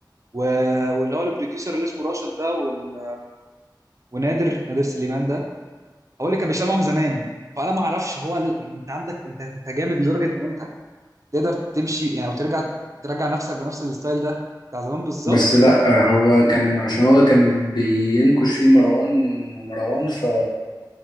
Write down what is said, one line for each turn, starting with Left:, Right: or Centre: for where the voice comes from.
Right: و... واللي هو البروديوسر اللي اسمه راشد ده وال... ونادر نادر سليمان ده هو اللي كان بيشتغل معاهم زمان فانا ما اعرفش هو ال... يعني انت عندك انت انت جامد لدرجه ان انت تقدر تمشي يعني او ترجع ترجع نفسك بنفس الستايل ده بتاع زمان بالظبط
Left: بس لا هو كان عشان هو كان بينكش فيه مروان ومروان ف...